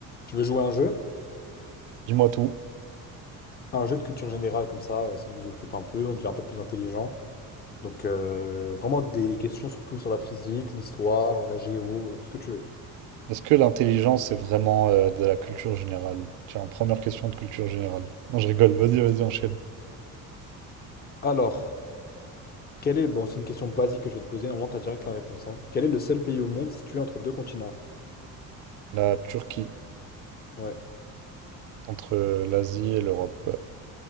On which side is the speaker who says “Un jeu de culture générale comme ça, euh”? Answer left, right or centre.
Left